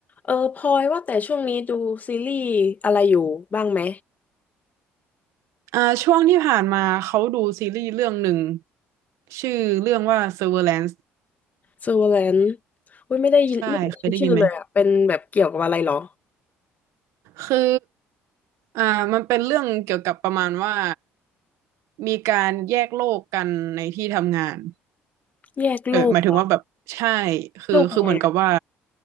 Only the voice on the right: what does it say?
อ่าช่วงที่ผ่านมาเขาดูซีรีส์เรื่องหนึ่งชื่อเรื่องว่า Severance
ใช่เคยได้ยินไหมคืออ่ามันเป็นเรื่องเกี่ยวกับประมาณว่ามีการแยกโลกกันในที่ทำงาน
เออหมายถึงว่าแบบใช่คือคือเหมือนกับว่า